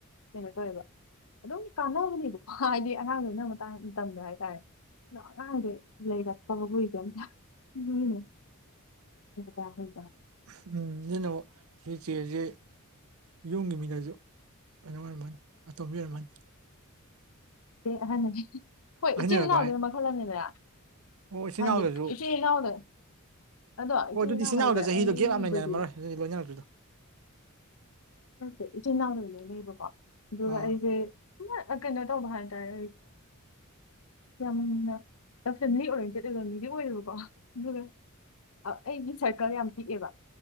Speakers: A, on the left; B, on the right.
A: ꯀꯩꯅꯣ ꯇꯧꯋꯦꯕ ꯑꯗꯨꯝ ꯀꯥꯟꯅꯕꯅꯦꯕꯀꯣ ꯍꯥꯏꯗꯤ ꯑꯉꯥꯡ ꯂꯣꯏꯅꯕ ꯇꯜ ꯇꯜꯂꯤ ꯍꯥꯏꯇꯥꯔꯦ ꯑꯗꯣ ꯑꯉꯥꯡꯁꯦ ꯂꯩꯔꯛꯇꯕꯑꯩꯈꯣꯏ ꯑꯝꯇ ꯎꯝ ꯇꯈꯣꯏꯕ
B: <unintelligible> ꯅꯣꯏ ꯆꯦꯖꯦ ꯌꯨꯝꯒꯤ ꯃꯤꯅꯁꯨ ꯀꯩꯅꯣ ꯑꯣꯏꯔꯝꯃꯅꯤ ꯑꯇꯣꯝꯕꯤ ꯑꯣꯏꯔꯝꯃꯅꯤ
A: ꯑꯍꯟꯅꯤ ꯍꯣꯏ
B: ꯑꯍꯟ
A: ꯏꯆꯤꯟꯜ
B: ꯑꯣꯏꯔꯛꯄ
A: ꯏꯅꯥꯎꯗꯨꯅ
B: ꯍꯥꯏ
A: ꯃꯈꯜ ꯑꯃꯅꯤꯗꯅ
B: ꯑꯣ ꯏꯆꯤꯟ
A: ꯍꯥꯏꯗꯤ
B: ꯏꯅꯥꯎꯗꯁꯨ
A: ꯏꯆꯦ ꯏ ꯌꯥꯎꯗꯦ ꯑꯗꯣ
B: ꯑꯣ
A: ꯏꯆꯤꯟꯜ
B: ꯑꯗꯨꯗꯤ
A: ꯏꯅꯥꯎ
B: ꯏꯆꯤꯟ
A: ꯍꯥꯏꯁꯦ
B: ꯏꯅꯥꯎꯗ ꯆꯍꯤꯗꯣ
A: ꯑꯩꯕꯨꯗꯤ
B: ꯒꯦꯞ ꯌꯥꯝ ꯂꯩꯅꯔꯝꯃꯔꯣꯏ ꯂꯣꯏꯅꯔꯛꯇ꯭ꯔꯤꯗꯣ
A: ꯅꯠꯇꯦ ꯏꯆꯤꯟꯜ ꯏꯅꯥꯎ ꯂꯩ ꯂꯩꯅꯦꯕꯀꯣ ꯑꯗꯨꯒ
B: ꯑꯥ
A: ꯑꯩꯁꯦ ꯀꯩꯅꯣ ꯇꯧꯕ ꯍꯏꯇꯔꯦ ꯌꯥꯝꯅ ꯐꯦꯃꯤꯂꯤ ꯑꯣꯔꯦꯟꯇꯦꯠ ꯑꯣꯏꯕ ꯃꯤꯗꯤ ꯑꯣꯏꯌꯦꯕꯀꯣ ꯑꯗꯨꯒ ꯑꯩꯒꯤ ꯁꯔꯀꯜ ꯌꯥꯝ ꯄꯤꯛꯑꯦꯕ